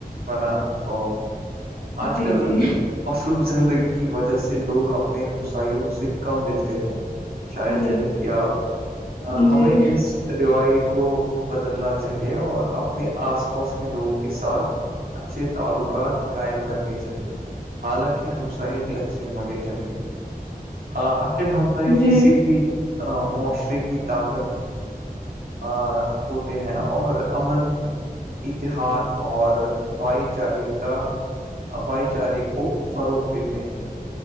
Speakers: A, on the right (about 75°); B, on the left (about 80°).
A: بنا پاؤ آج
B: جی
A: کل
B: جی
A: مصروف زندگی کی وجہ سے لوگ اپنے ہمسایوں سے کم ملتے ہیں شاید
B: جی
A: جیسے کہ آپ
B: جی
A: ہمیں اس روای کو بدلنا چاہیے اور اپنے آس پاس کے لوگوں کے ساتھ اچھے تعلقات قائم کرنی چاہیے حالانکہ ہمسائے بھی اچھے ہونے چاہیے ہ اچھے ہمسائے
B: جی
A: کسی بھی معاشرے کی طاقت ا ہوتے ہیں اور امن اتحاد اور بھائی چارے کا بھائی چارے کو فروغ دیتے ہیں